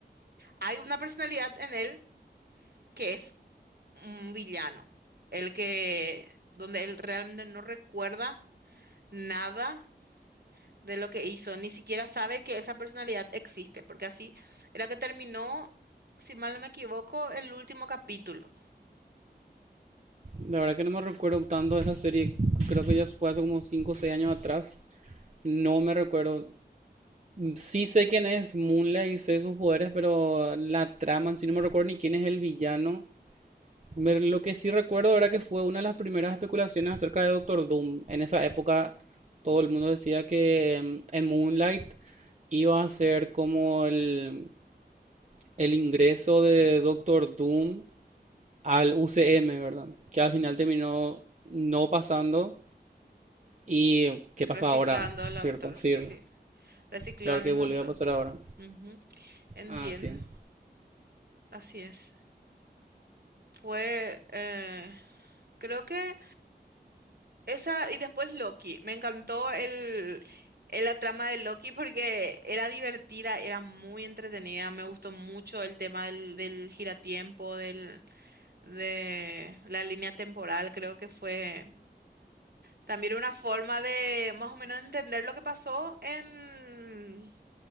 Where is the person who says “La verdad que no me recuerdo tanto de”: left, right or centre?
Right